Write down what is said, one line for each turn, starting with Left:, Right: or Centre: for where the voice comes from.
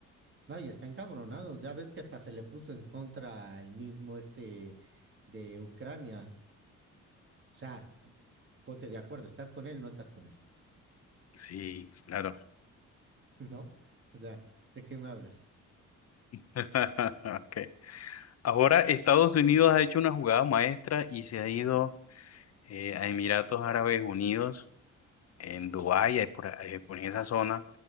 Right: No, y está encabronado. Ya ves que hasta se le puso en contra el mismo este de Ucrania. O sea, ponte de acuerdo, ¿estás con él o no estás con él?
Left: Sí, claro.
Right: <laughs> ¿No? O sea, ¿de qué me hablas?
Left: <laughs> Okay. Ahora Estados Unidos ha hecho una jugada maestra y se ha ido eh, a Emiratos Árabes Unidos, en Dubái, ahí por, ahí por esa zona,